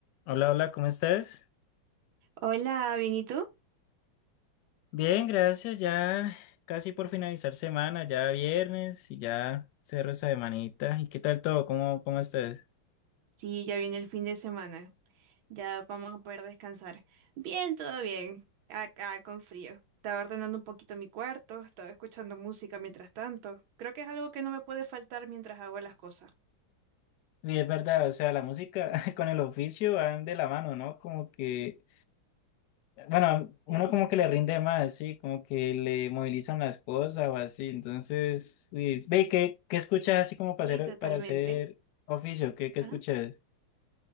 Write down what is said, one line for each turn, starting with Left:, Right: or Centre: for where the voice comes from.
Left: Hola, hola, ¿cómo estás?
Right: Hola, ¿bien y tú?
Left: Bien, gracias. Ya casi por finalizar semana, ya viernes y ya cerro esa semanita. ¿Y qué tal todo? ¿Cómo, cómo estás?
Right: Sí, ya viene el fin de semana. Ya vamos a poder descansar. Bien, todo bien. Acá con frío. Estaba ordenando un poquito mi cuarto, estaba escuchando música mientras tanto. Creo que es algo que no me puede faltar mientras hago las cosas.
Left: Y es verdad, o sea, la música <laughs> con el oficio van de la mano, ¿no? Como que, bueno, uno
Right: Eh,
Left: como que le rinde más, sí, como que le movilizan las cosas o así. Entonces, uy, ve, ¿qué, qué escuchas así como para
Right: sí,
Left: hacer,
Right: totalmente.
Left: para hacer oficio? ¿Qué, qué escuchas?
Right: Ah,